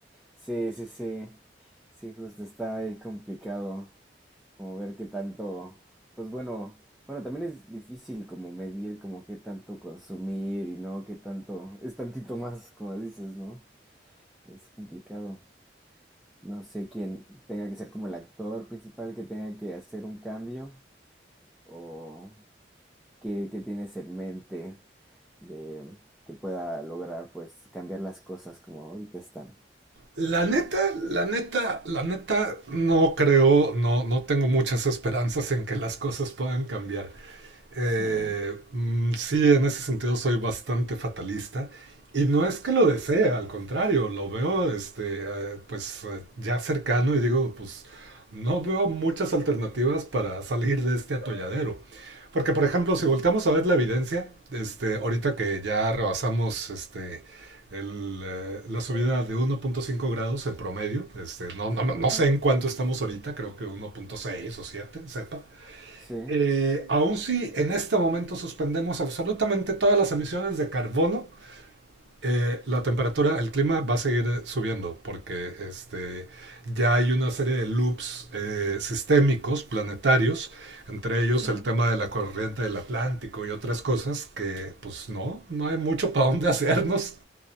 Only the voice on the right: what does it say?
La neta, la neta, la neta, no creo, no, no tengo muchas esperanzas en que las cosas puedan cambiar. Eh,
mm, sí, en ese sentido soy bastante fatalista. Y no es que lo desee, al contrario, lo veo este, eh, pues eh, ya cercano y digo, pues no veo muchas alternativas para salir de este atolladero. Porque, por ejemplo,
si volteamos a ver la evidencia, este, ahorita que ya rebasamos este, el, eh, la subida de 1.5 grados en promedio, este, no, no, no
no sé en cuánto estamos ahorita, creo que 1.6 o 7, sepa.
Eh, aun si en este momento suspendemos absolutamente todas las emisiones de carbono, eh, la temperatura, el clima va a seguir eh, subiendo porque este, ya hay una serie de loops eh, sistémicos, planetarios, entre ellos
el tema de la corriente del Atlántico y otras cosas que pues no, no hay mucho para dónde hacernos.